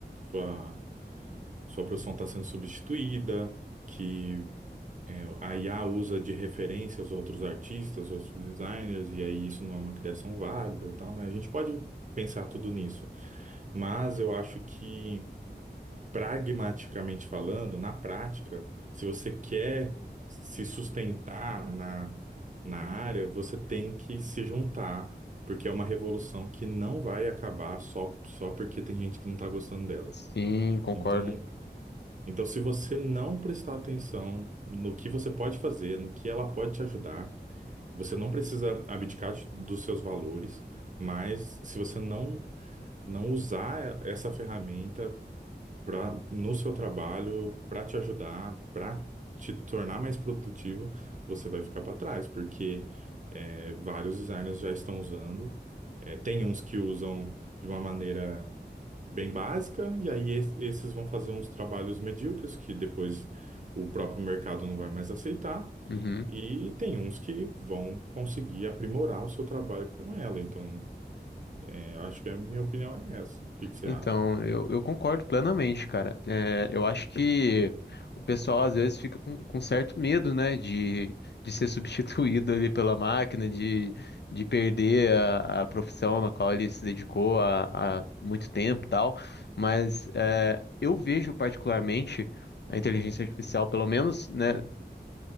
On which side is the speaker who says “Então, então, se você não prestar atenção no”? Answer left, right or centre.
Right